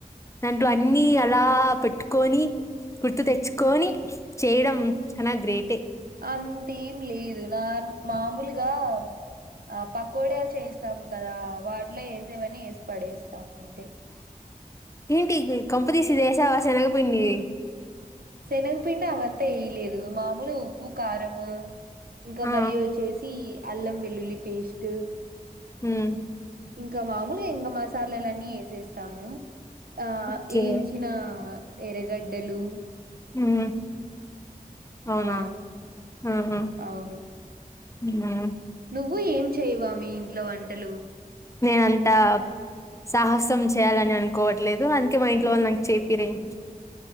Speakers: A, on the left (about 20°); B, on the right (about 80°).
A: దాంట్లో అన్ని అ రా పెట్టుకొని గుర్తు తెచ్చుకొని చేయడం చానా గ్రేటే
B: అంతేం లేదు నార్ మామూలుగా ఆ పకోడాచ్ చేస్తాం కదా వాటిలో యెసేవన్ని యెసి పడేస్తాము. తే
A: ఏ కొంపతీసి ఇది యెశావా శనగ పిండిగెయ్
B: శనగపిండి అవంతా ఏయలేదు మామూలుగా ఉప్పు, కారము ఇంకా
A: ఆ
B: మళ్ళీ వచ్చేసి అల్లం వెల్లుల్లి పేస్టు
A: హ్మ్
B: ఇంకా మామూలుగా ఇంక మసాలాలన్నీ యెసేస్తాము. ఆ
A: ఓకే
B: ఏంచినా ఎరగడ్డలు
A: హ్మ్ అవునా
B: ఆ
A: ఆహా
B: అవును
A: ఉమ్మా
B: నువ్వు ఏం చేయవా మిన్ ఇంట్లో వంటలు
A: నేనంతా సాహసం చేయాలని అనుకోవట్లేదు అందుకే మా ఇంట్లో వాళ్ళు నాకు చేపిరేమ్